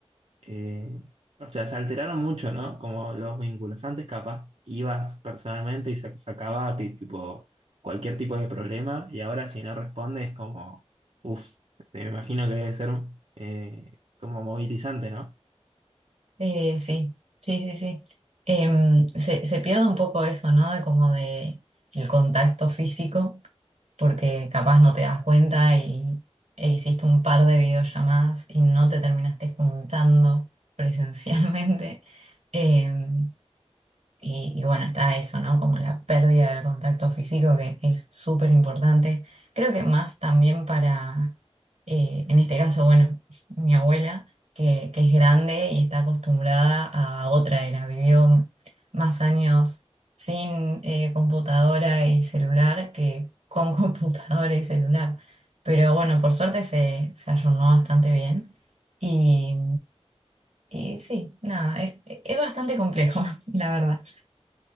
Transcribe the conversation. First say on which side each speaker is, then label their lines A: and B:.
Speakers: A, on the right; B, on the right.
A: eh, o sea, se alteraron mucho, ¿no? Como los vínculos. Antes capaz ibas personalmente y se sacaba a ti, tipo, cualquier tipo de problema y ahora si no respondes como, uff, me imagino que debe ser eh, como movilizante, ¿no?
B: Eh, sí, sí, sí, sí. Em, se, se pierde un poco eso, ¿no? De como de el contacto físico, porque capaz no te das cuenta y e hiciste un par de videollamadas y no te terminaste juntando presencialmente. Em, y, y bueno, está eso, ¿no? Como la pérdida del contacto físico que es súper importante. Creo que más también para, eh, en este caso, bueno, <laughs> mi abuela, que, que es grande y está acostumbrada a otra era. Vivió más años sin eh, computadora y celular que con <laughs> computadora y celular. Pero bueno, por suerte se, se arruinó bastante bien. Y, y sí, nada, es, es bastante complejo, <laughs> la verdad.